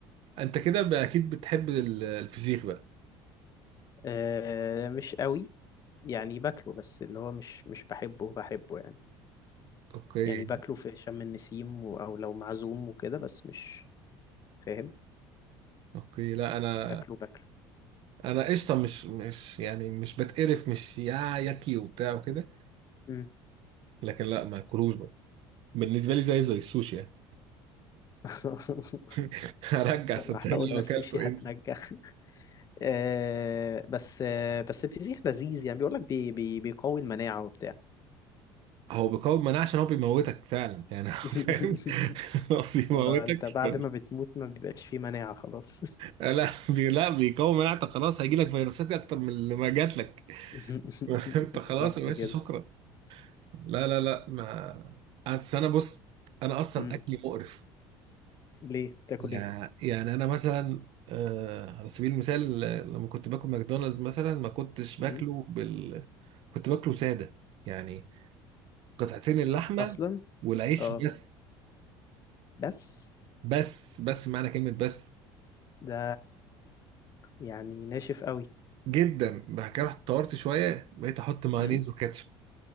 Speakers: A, on the right; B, on the left.
A: انت كده بقى اكيد بتحب ال- الفسيخ بقى
B: آه، مش قوي يعني باكله بس اللي هو مش مش بحبه بحبه يعني
A: اوكي
B: يعني باكله في شم النسيم و... او لو معزوم وكده بس مش فاهم
A: اوكي لا انا
B: مش باكله باكله
A: انا قشطه مش مش يعني مش بتقرف مش يا ياكي وبتاع وكده
B: مم.
A: لكن لا ما اكلوش بقى بالنسبه لي زي زي السوشي يعني
B: <laughs>
A: <laughs> هرجع
B: طب
A: صدقني
B: ما احنا قلنا
A: لو اكلته
B: السوشي هتنجح
A: انت
B: آه بس آه بس الفسيخ لذيذ يعني بيقول لك بي بي بيقوي المناعة وبتاع
A: هو بيقاوم مناعه عشان هو بيموتك فعلا يعني <laughs> هو
B: <laughs>
A: فاهم هو بيموتك
B: هو انت بعد
A: ف...
B: ما بتموت ما بيبقاش فيه مناعة خلاص
A: لا بي... لا بيقاوم مناعتك خلاص هيجي لك فيروسات اكتر من اللي ما جات لك
B: <laughs>
A: <laughs> انت خلاص
B: بالظبط
A: يا باشا
B: كده
A: شكرا لا لا لا ما أصل انا بص انا اصلا
B: مم.
A: اكلي مقرف
B: ليه بتاكل
A: يعني
B: ايه
A: يعني انا مثلا آه، على سبيل المثال آه، لما كنت باكل ماكدونالدز مثلا ما كنتش باكله
B: مم.
A: بال كنت باكله ساده يعني قطعتين اللحمه
B: اصلا
A: والعيش
B: اه
A: بس
B: بس
A: بس بس معنى كلمه بس
B: ده يعني ناشف قوي
A: جدا بعد كده رحت طورت شويه بقيت احط مايونيز
B: مم.
A: وكاتشب